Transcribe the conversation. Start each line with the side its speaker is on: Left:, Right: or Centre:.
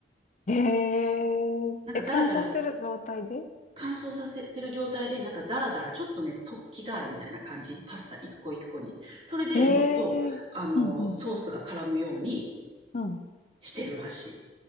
Left: えー、
Right: なんかザラザラ
Left: え、乾燥してる状態で
Right: 乾燥させてる状態で、なんかザラザラ、ちょっとね、突起があるみたいな感じ。パスタ一個一個に。それでもっと、
Left: ええー、
Right: あの、
Left: うん、うん、
Right: ソースが絡むように
Left: うん。
Right: してるらしい。